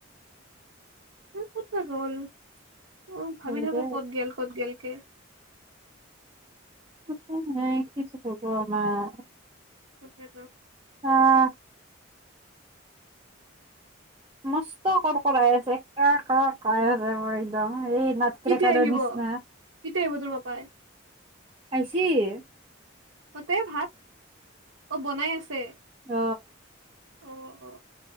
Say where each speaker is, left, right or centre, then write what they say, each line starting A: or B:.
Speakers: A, on the right (about 65°); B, on the right (about 25°).
A: সি কতে গ'ল অ ভাবি
B: হয়
A: থাকো
B: দে
A: কত গেল কত গেল কে
B: পইচা নাই কিযে হব আমাৰ
A: তাকে থৌ
B: আহ মষ্ট কৰা কৰাই আছে কৰ কৰ কৈ আছে একদম এই নাট
A: কেতিয়া
B: ক্ৰেকাৰৰ
A: আহিব
B: নিচিনা
A: কেতিয়া আহিব তোৰ পাপাই
B: আইছি এ
A: ততে ভাত অ বনাই আছে
B: অ
A: অ অ